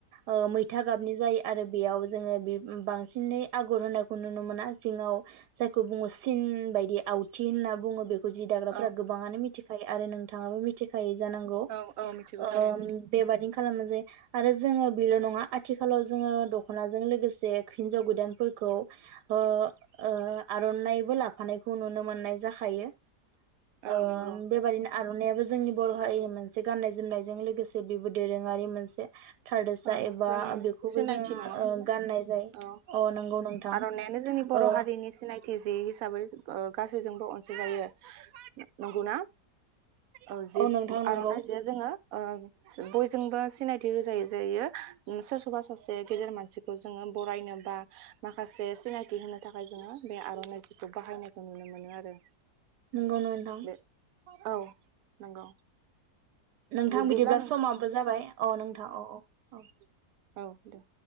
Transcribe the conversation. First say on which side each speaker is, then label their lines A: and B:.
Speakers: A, on the right (about 80°); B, on the right (about 70°).
A: ओ मैथा गाबनि जायो आरो बेयाव जोङो बांसिनै आगर होननायखौ नुनो मोना जिङाव जायखौ बुङो सिन बायदि आवथि होनना बुङो। बेखौ जि दाग्राफ्रा
B: औ
A: गोबांङानो मिथिखायो आरो नोंथाङाबो मिथिखायो जानांगौ
B: औ औ मिथिगौ
A: ओ
B: थारैनो
A: बेबायदि खालामबानो जायो आरो जोङो बि ल नङा आथिखालाव जोङो दखनाजों लोगोसे बे हिन्जाव गोदानफोरखौ ओ ओ आरनाइबो लाफानायखौ नुनो मोननाय जाख थायो।
B: औ
A: ओ
B: नंगौ
A: बेबादिनो आर'नायाबो जोंनि बर' हारिनि मोनसे गान्नाय जोमनायजों लोगोसे बेबो दोरोङारि मोनसे। थादेनसा
B: औ
A: एबा
B: जोंनि
A: बेखौबो
B: सिनायथि
A: जोङो
B: नङा
A: ओ गाननाय जायो
B: औ
A: अ नंगौ नोंथां
B: आर'नाइआनो जोंनि बरहारिनि
A: ओ
B: सिनायथि जि हिसाबै ओ गासै जोंबो अनसाय जायो नंगौना। औ जि
A: नोंथां नंगौ
B: आर'नाइ जियाव जोङो बयजोंबो सिनायथि होजायो। जायो सोरखौबा सासे गेदेर मानसिखौ जोङो बरायनो बा माखासे सिनायथि होनो थाखाय जोङो बे आर 'नाइ जिखौ बाहायनायखौ नुनो मोनो आरो।
A: नंगौ नोंथां।
B: बे औ नंगौ।
A: नोंथां
B: बिब्दिब्ला
A: बिदिब्ला
B: नोंथां
A: समाबो जाबाय अ नोंथां औ औ <unintelligible>
B: औ दे।